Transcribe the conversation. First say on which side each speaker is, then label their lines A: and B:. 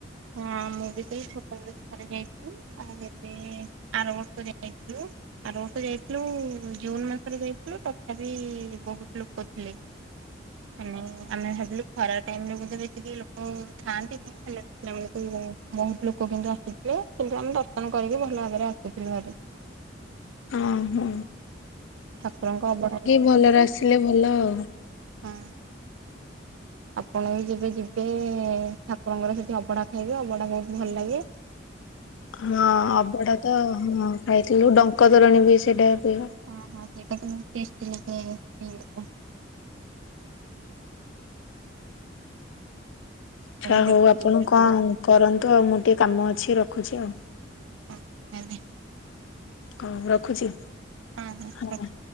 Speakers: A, on the right (about 80°); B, on the left (about 75°).
A: ହଁ ଅ ହଁ, ମୁଁ ବି ସେଇ ଛୋଟବେଳେ ଥରେ ଯାଇଥିଲି ଆଉ ଏବେ ଆର ବର୍ଷ ଯାଇଥିଲୁ ଆର ବର୍ଷ ଯାଇଥିଲୁ, ଜୁନ ମାସରେ ଯାଇଥିଲୁ ତଥାପି ବହୁତ ଲୋକ ଥିଲେ। ମାନେ ଆମେ ଭାବିଲୁ ଖରା ଟାଇମରେ ବୋଧେ ବେଶି କେହି ଲୋକ ଥାଆନ୍ତିନି ହେଲେ ବହୁତ ଲୋକ କିନ୍ତୁ ଆସିଥିଲେ କିନ୍ତୁ ଆମେ ଦର୍ଶନ କରିକି ଭଲ ଭାବରେ ଆସିଥିଲୁ <inaudible>
B: ଓହୋ
A: ଠାକୁରଙ୍କ ଅବଢ଼ା <unintelligible>
B: ଭଲରେ ଆସିଲେ
A: ହଁ
B: ଭଲ ଆଉ।
A: ଅ ଆପଣ ବି ଯେବେ ଯିବେ? ଯିବେ ଠାକୁରଙ୍କର ସେଠି ଅବଢା ଖାଇବେ, ଅବଢା ବହୁତ ଭଲ ଲାଗେ।
B: ହଁ, ଅବଢ଼ା ତ ହଁ, ଖାଇଥିଲୁ ଡଙ୍କ ତରଣୀ ବି ସେଇଟା ପିଉ।
A: ହଁ, ହଁ ସେଇଟା ତ ଟେଷ୍ଟି ଲାଗେ ପିଇବାକୁ।
B: ଆଛା
A: ହଁ ଦେଖିଛି
B: ହଉ, ଆପଣ କଣ
A: ହଁ ହଁ
B: କରନ୍ତୁ ଆଉ ମୁଁ ଟିକେ କାମ ଅଛି ରଖୁଛି ଆଉ।
A: ଓ ଭଲ।
B: ହଁ, ରଖୁଛି।
A: ରହୁଚି।
B: ହଁ